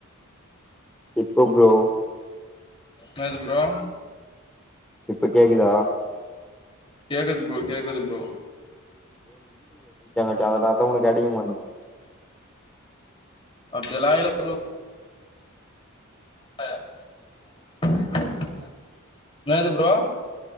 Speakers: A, in the centre; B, on the left.
A: இப்ப ப்ரோ
B: என்னது ப்ரோ
A: இப்ப கேக்குதா
B: கேக்குது ப்ரோ கேக்குது ப்ரோ
A: அதனால தா உனக்கு அடிக்கமாட்னுது
B: அப்டியெல்லா இல்ல ப்ரோ <inaudible> என்னது ப்ரோ